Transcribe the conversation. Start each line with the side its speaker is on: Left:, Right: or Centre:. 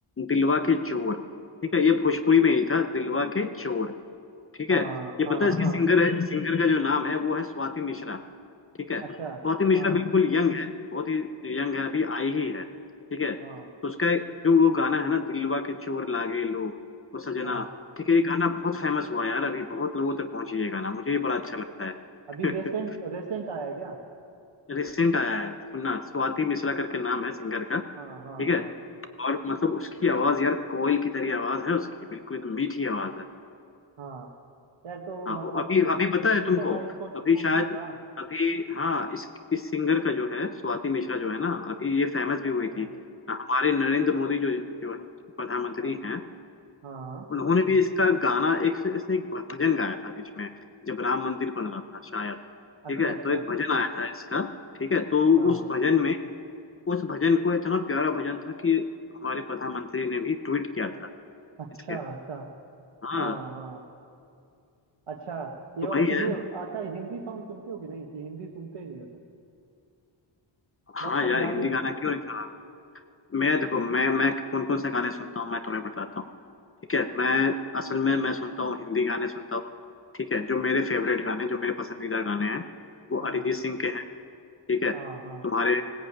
Left: दिलवा के चोर ठीक है ये भोजपुरी में ही था दिलवा के चोर ठीक
Right: हाँ
Left: है ये
Right: हाँ
Left: पता है इसकी
Right: हाँ
Left: सिंगर है सिंगर का जो नाम है वो है स्वाति मिश्रा ठीक है
Right: अच्छा
Left: स्वाति मिश्रा
Right: हाँ
Left: बिल्कुल यंग है बहुत ही यंग है अभी आई ही है ठीक है तो
Right: हाँ
Left: उसका एक- जो वो गाना है ना दिलवा के चोर लागे लो वो सजना
Right: हाँ
Left: ठीक है ये गाना बहुत फेमस हुआ है यार अभी बहुत लोगों तक पहुंची ये गाना मुझे ये बड़ा अच्छा लगता है
Right: अभी
Left: <laughs>
Right: रेसेंट रेसेंट आया है क्या
Left: रिसेंट आया है सुनना स्वाति मिश्रा करके नाम है सिंगर का
Right: हाँ
Left: ठीक
Right: हाँ हाँ
Left: है और मतलब उसकी आवाज यार कोयल की तरह आवाज है उसकी बिल्कुल एकदम मीठी आवाज है
Right: हाँ यार तो
Left: हाँ
Right: मतलब
Left: अभी अभी पता है
Right: ठीक
Left: तुमको
Right: है मैं इसको
Left: अभी
Right: सुन
Left: शायद
Right: लूंगा
Left: अभी हाँ इस इस सिंगर का जो है स्वाति मिश्रा जो है ना अभी ये फेमस भी हुई
Right: हाँ
Left: थी हमारे नरेंद्र मोदी जो जो है प्रधानमंत्री
Right: हाँ
Left: हैं
Right: हाँ
Left: उन्होंने भी इसका गाना एक इसने एक भजन गाया था बीच में जब राम मंदिर बन रहा था शायद ठीक
Right: अच्छा
Left: है
Right: अच्छा
Left: तो एक भजन आया था इसका ठीक है तो
Right: हाँ
Left: उस भजन में उस भजन को इतना प्यारा भजन था कि हमारे प्रधानमंत्री ने भी ट्वीट किया था
Right: अच्छा
Left: इसके
Right: अच्छा
Left: हाँ
Right: हाँ हाँ अच्छा ये
Left: तो
Right: वाला
Left: वही
Right: सुनिए
Left: है
Right: अच्छा हिंदी सॉन्ग सुनते हो कि नहीं कि हिंदी सुनते ही नहीं हो तुम
Left: हाँ
Right: बस पंजाबी
Left: यार हिंदी गाना क्यों नहीं चला मैं देखो मैं मैं कौन कौन से गाने सुनता हूँ मैं तुम्हें बताता हूँ ठीक है मैं असल में मैं सुनता हूँ हिंदी गाने सुनता हूँ ठीक है जो मेरे फेवरेट गाने जो मेरे पसंदीदा गाने हैं वो
Right: हाँ
Left: अरिजीत सिंह के हैं ठीक है तुम्हारे
Right: हाँ हाँ